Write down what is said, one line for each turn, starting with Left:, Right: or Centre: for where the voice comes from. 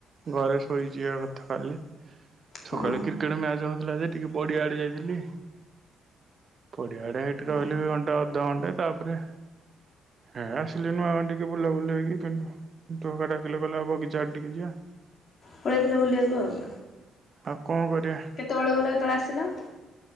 Right: ଘରେ ଶୋଇଯିବାକଥା ଖାଲି ସକାଳେ
Left: ହଁ
Right: କ୍ରିକେଟ ମ୍ୟାଚ ଥିଲା ଯେ ଟିକେ ପଡ଼ିଆଡ଼େ ଯାଇଥିଲି। ପଡ଼ିଆ ଆଡ଼େ ହେଟି ରହିଲି
Left: ହଁ।
Right: ବି ଘଣ୍ଟେ ଅଧି ଘଣ୍ଟେ ତାପରେ ହେଁ ଆସିଲି ନୁଆଁ ଟିକେ ବୁଲାବୁଲି ହେକିୁ ଫେଣି ଚୋକା ଡାକିଲେ କଇଲେ ଆ ବଗିା ଚାଆଡ଼େ ଟିକେ ଯିବା।
Left: ପଳାଇଥିଲେ ବୁଲିବାକୁ ଆଉ
Right: ଆଉ କଣ କରିବା?
Left: କେତେ ଗଲା କେତେ ବେଳେ ଆସିଲ?